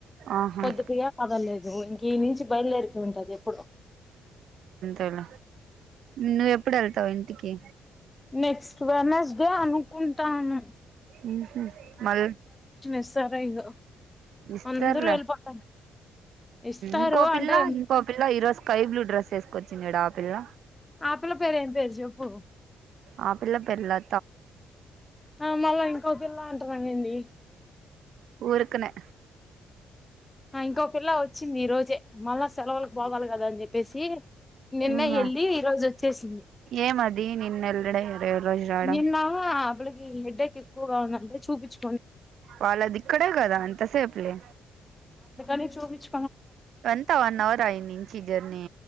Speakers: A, on the right; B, on the left.
A: ఆహా
B: పొద్దు పోయే పగలేదు ఇంక ఈ నుంచి బయలుదేరిత ఉంటది ఎప్పుడు
A: వెళ్ళ నువ్వ ఎప్పుడు వెళ్తావు ఇంటికి
B: నెక్స్ట్ వెనస్డే అనుకుంటానా
A: హుహు మళ్ళ
B: ఇస్తారో ఇదో
A: ఇస్తర్లే
B: అందరూ వెళ్ళిపోతారు ఇస్తారు
A: ఇంకో
B: అంటే
A: పిల్లా ఇంకో పిల్ల ఈరోజు స్కై బ్లూ డ్రెస్ వేసుకోవచ్చు చిన్నడ పిల్ల
B: ఆ పిల్ల పేరు ఏం పేరు చెప్పు
A: ఆ పిల్ల పేరులా
B: ఆ మమ కోపిల్లా అంటున్నాంగండి
A: ఊరుకునే
B: ఆ ఇంకొకల్లా వచ్చింది ఈ రోజే మళ్ళా సెలవులకు పోవాలి కదా అని చెప్పేసి నిన్న
A: ఊహా
B: వెళ్ళి ఈరోజు వచ్చేసింది
A: ఏమది నిన్న ఎల్లడే ఈ రోజు రావడం
B: నిల్వ అబ్ ఈ హెడ్డ క ఎక్కు అంటే చుపించ్
A: వాళ్ళ దక్కడే కదా అని తసే పలే
B: నే చోవిచ్
A: వంతా వన్ అవర్ అయి నించి జర్నీ